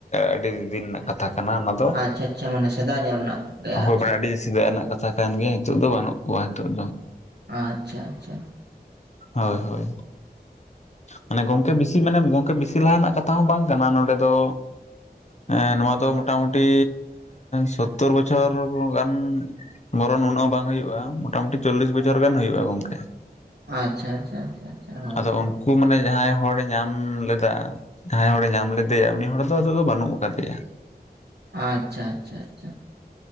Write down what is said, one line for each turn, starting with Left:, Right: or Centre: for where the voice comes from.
Left: ᱟᱹᱰᱤ ᱫᱤᱱ ᱨᱮᱱᱟᱜ ᱠᱟᱛᱷᱟ ᱠᱟᱱᱟ ᱚᱱᱟᱫᱚ᱾
Right: ᱟᱪᱪᱷᱟ ᱪᱷᱟ ᱢᱟᱱᱮ ᱥᱮᱫᱟᱭ ᱧᱚᱜ ᱨᱮᱱᱟᱜ ᱜᱮ
Left: ᱦᱳᱭ
Right: ᱟᱨ
Left: ᱢᱟᱱᱮ
Right: ᱪᱮᱜ,
Left: ᱟᱹᱰᱤ ᱥᱮᱫᱟᱭ ᱨᱮᱱᱟᱜ ᱠᱟᱛᱷᱟ ᱠᱟᱱ ᱜᱮᱭᱟ, ᱱᱤᱛᱚᱜ ᱫᱚ ᱵᱟᱹᱱᱩᱜ ᱠᱚᱣᱟ ᱦᱤᱛᱚᱜ ᱫᱚ ᱾
Right: ᱟᱪᱪᱷᱟ᱾ ᱟᱪᱪᱷᱟ
Left: ᱦᱳᱭ ᱦᱳᱭ, ᱢᱟᱱᱮ ᱜᱚᱢᱠᱮ ᱵᱤᱥᱤ ᱢᱟᱱᱮ ᱜᱚᱢᱠᱮ ᱵᱤᱥᱤ ᱞᱟᱦᱟ ᱨᱮᱱᱟᱜ ᱠᱟᱛᱷᱟ ᱦᱚᱸ ᱵᱟᱝ ᱠᱟᱱᱟ ᱱᱚᱸᱰᱮ ᱫᱚ, ᱦᱮᱸ ᱱᱚᱣᱟ ᱫᱚ ᱢᱚᱴᱟᱢᱩᱴᱤ ᱥᱳᱛᱛᱳᱨ ᱵᱚᱪᱷᱚᱨ ᱜᱟᱱ, ᱵᱷᱚᱨᱚᱱ ᱩᱱᱟᱹᱜ ᱦᱚ ᱵᱟᱝ ᱦᱩᱭᱩᱜᱼᱟ᱾ ᱢᱚᱴᱟ ᱢᱩᱴᱤ ᱪᱚᱞᱞᱤᱥ ᱵᱚᱪᱷᱚᱨ ᱜᱟᱱ ᱦᱩᱭᱩᱜᱼᱟ ᱜᱚᱝᱠᱮ ᱾
Right: ᱟᱪᱪᱷᱟ ᱟᱪᱪᱷᱟ ᱟᱪᱪᱷᱟ ᱟᱪᱪᱷᱟ ᱦᱳᱭ
Left: ᱟᱫᱚ ᱩᱱᱠᱩ
Right: ᱦᱳᱭ
Left: ᱢᱟᱱᱮ ᱡᱟᱦᱟᱸᱭ ᱦᱚᱲᱮᱡ ᱧᱟᱢ ᱞᱮᱫᱟ, ᱡᱟᱦᱟᱸᱭ ᱦᱚᱲᱮ ᱧᱟᱢ ᱞᱮᱫᱮᱭᱟ, ᱩᱱᱤ ᱦᱚᱲ ᱫᱚ ᱟᱫᱚ ᱱᱤᱛᱚᱜ ᱫᱚ ᱵᱟᱹᱱᱩᱜ ᱟᱠᱟᱫᱮᱭᱟ ᱾
Right: ᱟᱪᱪᱷᱟ ᱟᱪᱪᱷᱟ ᱟᱪᱪᱷᱟ᱾